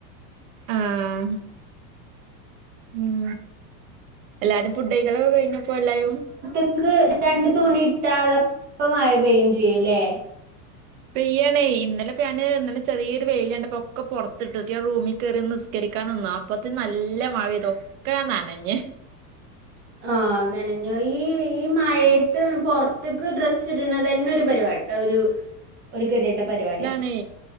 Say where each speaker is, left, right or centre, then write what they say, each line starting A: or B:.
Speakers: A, on the right; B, on the right.
A: ആഹ് ഉം എല്ലാരും ഫുഡയിക്കലൊക്കെ കഴിഞ്ഞപ്പോ എല്ലാരും?
B: ക്ക് രണ്ടു തുണി ഇട്ടാലപ്പോ മയ പെയ്യും ചെയ്യുല്ലേ
A: പെയ്യാണേ ഇന്നലെ ഇപ്പ ഞാന് ഇന്ന ലെ ചെറി യൊരു വെയില് കണ്ടപ്പോ ഒക്കെ പൊർത്തിട്ട് <unintelligible> റൂമി കേറി നിസ്കരിക്കാൻ നിന്നു അപ്പത്ത് നല്ല മഴ പെയ്തു ഒക്കെ നനഞ്ഞ്
B: ആഹ് നനഞ്ഞു ഈ ഈ മയേത്ത് പൊർത്ത്ക്ക് ഡ്രസ്സ് ഇട്ണതന്നെ ഒരു പരിപാ ഒരു ഒരു ഗതിയെട്ട പരിപാടിയാ
A: ഇതാണേ